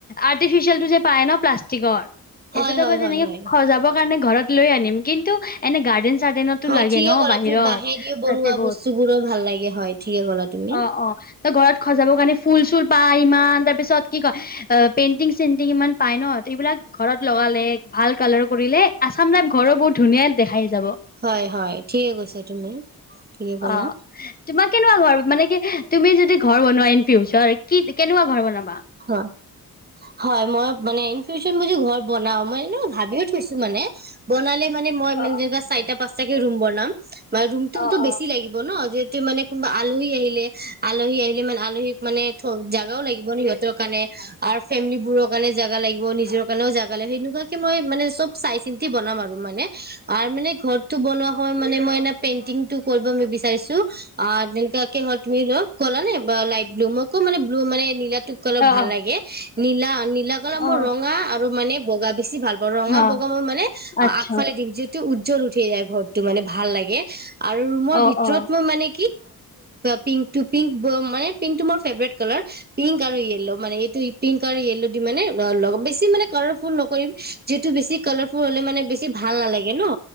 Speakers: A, on the left; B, on the right.
A: আৰ্টিফিচিয়েলটো যে পায় ন প্লাষ্টিকৰ?
B: হয়
A: এইটোত
B: হয়
A: বাৰ যেনেকে
B: হয় হয়
A: সজাবৰ কাৰণে ঘৰত লৈ আনিম কিন্তু, এনে গাৰডেন গাৰডিনতো
B: হয়
A: লাগে
B: ঠিকে
A: ন
B: ক'লা
A: বাহিৰত?
B: তুমি বাঁহেদিও বনোৱা
A: বহত।
B: বস্তুবোৰো ভাল লাগে হয় ঠিকে ক'লা তুমি।
A: অহ-অহ, ত ঘৰত সজাব কাৰণে ফুল-চুল পাই ইমান তাৰ পিছত কি কয় পেইন্টিং-চটিং ইমান পাই ন? এইবিলাক ঘৰত লগালে ভাল কালাৰ কৰিলে আছাম টাই ঘৰো বহুত ধুনীয়া দেখাই। যাব
B: হয়-হয়, ঠিকে কৈছা তুমি। ঠিকে ক'লা
A: অহ, তোমাক কেনেকুৱা ঘৰ মান কি তুমি যদি ঘৰ বনোৱা ইন ফিউচাৰ কি কেনেকুৱা ঘৰ বনাব?
B: হয়। হয়, মই মানে <unintelligible> যদি ঘৰত বনাও, মই এনে ভাবিও থৈছো মানে বনালে মানে মইানে
A: অ
B: যেনেক চাইট পাঁচতাকে ৰুম বনাম। মানে ৰুমটোতো
A: অ
B: বছি
A: অ
B: লাগিব ন যে মানে কোনোবা আলহী আহিলে আলহী আহিলে মানে আলহী মানে থ জোগাও লাগিব সিহঁতক কাৰণে আৰু ফেমেলিবোৰৰ কাৰণে জাগা লাগিব। নিজৰ কাৰণে জেগা লাগি, সেনেকুৱাকে মই মনে সব চাই চিন্তি বনাম আৰু মানে। আৰু মানে ঘৰটো বনুৱা হ'য় মানে মই মেনে পেণ্টীং কৰিব বিচাৰিছোঁ, আ মানে <unintelligible> কলানে বা লাইট ব্লু মই কম মানে বুলু মানে নীলা কালাৰ
A: অ অ
B: ভাল লাগে নীলা নীলা কালাৰ
A: অ
B: মোৰ ৰঙা আৰু মানে বগা বেছি ভাল পাওঁ ৰঙা
A: হা
B: বগা মই মানে অ
A: আচ্ছা
B: আগফালে দিম যিটো মানে উ জল উঠিয় যায় ঘৰটো মানে ভাল লাগে। আৰু ৰুমৰ
A: অ
B: ভিতৰত
A: অ
B: মই মানে পিং পিং মানে পিংটো মোৰ ফেভৰেট কালাৰ পিং পিংক আৰু য়েল্ল মানে এইটো পিংক আৰু য়েললো দি মানে লগাম। বেছি মানে কালাৰফুল নকৰিম যিসেটো বেছি কালাৰফুল হ'লে মানে বেছি ভাল নালাগে ন?